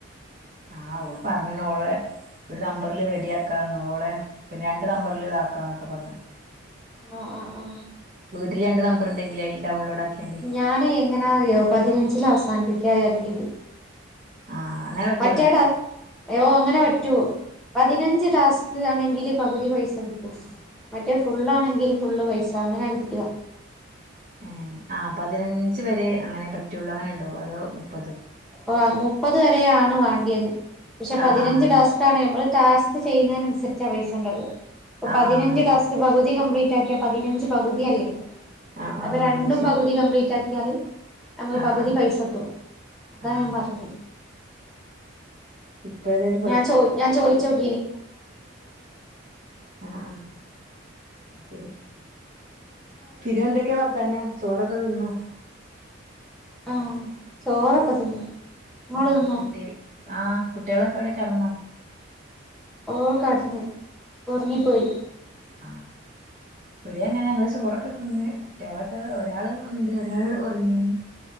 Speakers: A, on the right; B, in the centre.
A: ആഹ് ഓള് പറഞ്ഞ്ണ് ഓള് ഒരു നമ്പറിൽ റെഡിയാക്കാം ഓളെ പിന്നെ രണ്ട് നമ്പറിൽ ഇതാക്കാന്നൊക്കെ പറഞ്ഞ്.
B: ആഹ് ആഹ് ആഹ്
A: വീട്ടിൽ രണ്ട് നമ്പറെണ്ടെങ്കിൽ അയില് ഡൗൺലോഡ് ആക്കിയാണ്ട്.
B: ഞാൻ എങ്ങനാ അറിയോ പതിനഞ്ചിൽ അവസാനിപ്പിക്ക്യാര്ണ്ട്
A: ആ അങ്ങനെ പറ്റുവോ
B: മറ്റേ ടാ അയ്യോ അങ്ങനെ പറ്റു. പതിനഞ്ച് ടാസ്ക് ആണെങ്കിൽ പകുതി പൈസ കിട്ടും. മറ്റേ ഫുള്ളാണെങ്കിൽ ഫുള്ള് പൈസ അങ്ങനെ കിട്ട
A: ഏഹ് ആഹ് പതിനഞ്ച് വരെ അങ്ങനെ പറ്റുള്ളു അങ്ങനെണ്ടോ? അതോ മുപ്പതൊ
B: വാ മുപ്പത് വരെ ആണ് വേണ്ടിയത്. പക്ഷെ
A: ആ
B: പതിനഞ്ച്
A: ആ അങ്ങനെ
B: ടാസ്ക് ആണ് നമ്മൾ ടാസ്ക് ചെയ്യുന്നേൻസരിച്ചാ പൈസ ഉണ്ടാവ.
A: ആ
B: പതിനഞ്ച്
A: അങ്ങനെ
B: ടാസ്ക് പകുതി കംപ്ലി ട്ടാക്യ പതിനഞ്ച് പകുതിയല്ലേ
A: ആ ആ
B: അപ്പൊ രണ്ടും
A: അത് ശരി
B: പകുതി കംപ്ലീറ്റ് ആക്കിയാല്. നമുക്ക്
A: ആ
B: പകുതി
A: ആ
B: പൈസട്ടും അതാണ്
A: ആ
B: ഞാൻ പറഞ്ഞെ
A: ഇപ്പ ഏതായാൽ
B: !!!!!!!!!!
A: ആഹ് ആഹ് ശരി പിന്നെ എന്തൊക്കെയാ വർത്താനം. ചോറൊക്കെ തിന്നോ?
B: ആഹ് ചോറൊക്കെ തിന്നു. ഇങ്ങള്
A: ഏഹ്
B: തിന്നോ
A: കുട്ടി ആ കുട്ടികളൊക്കെ എവിടെ കെടന്നോ?
B: ഓഹ് കെട്ന്നു ഉറങ്ങിപ്പോയി.
A: ആഹ് ഇബടി അങ്ങനെ ഞങ്ങള് ചോറൊക്കെ തിന്ന്. കുട്ടികളൊക്കെ ഒരാള് ഉണ്ട് ഒരാള് ഉറങ്ങീന്